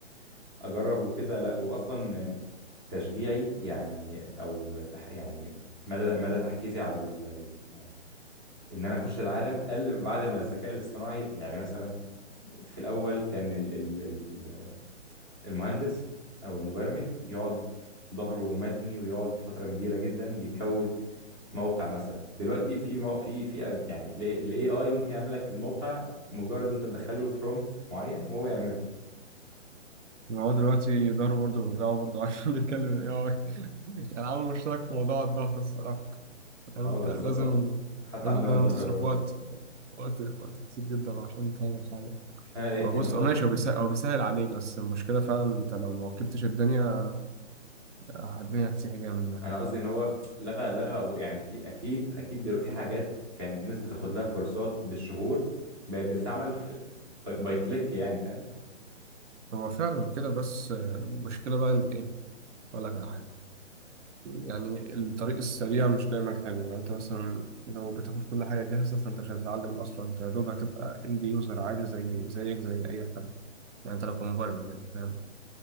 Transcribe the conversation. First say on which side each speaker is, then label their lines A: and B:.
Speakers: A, on the right (about 20°); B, on the right (about 70°).
A: كأجرب وكده لا وأصلا تشجيعي يعني او تح يعني مدى مدى تحفيزي على ال... ال- ان انا اخش العالم قل بعد ما الذكاء الاصطناعي يعني مثلا في الاول كان ال... ال... ال- المهندس او المبرمج يقعد ظهره متني ويقعد فتره كبيره جدا بيكود موقع مثلا دلوقتي في مو... في في أب- يعني الاي اي ممكن يعمل لك الموقع مجرد انت تدخله برومبت معين وهو يعمله
B: ما هو دلوقتي ظهره برضه بيوجعه برضه عشان <laughs> بيتكلم الاي اي يعني عامل مشترك في موضوع الظهر الصراحة يعني
A: اه
B: انت
A: بالظبط
B: لازم
A: هو حتى
B: لازم
A: عندنا
B: لازم
A: الظهر
B: تصرف
A: برضو
B: وقت وقت وقت كتير جدا عشان تعمل حاجة
A: فانا لقيت
B: هو بص
A: ان هو
B: هو ماشي هو بيسهل هو بيسهل عليك بس المشكلة فعلا انت لو ما ركبتش الدنيا آه، الدنيا هتسيح جامد يعني
A: انا قصدي ان هو لغى لغى أضو... يعني في اكيد اكيد دلوقتي في حاجات كان الناس بتاخد لها كورسات بالشهور بقت بتستعمل في باي كليك يعني فاهم
B: هو فعلا كده بس آه، المشكلة بقى ان ايه اقول لك على حاجة يعني الطريق السريع مش دايما حلو يعني انت مثلا لو بتاخد كل حاجه جاهزه فانت مش هتتعلم اصلا انت يا دوب هتبقى اند يوزر عادي زي زيك زي اي حد يعني انت لو كمبرمج يعني فاهم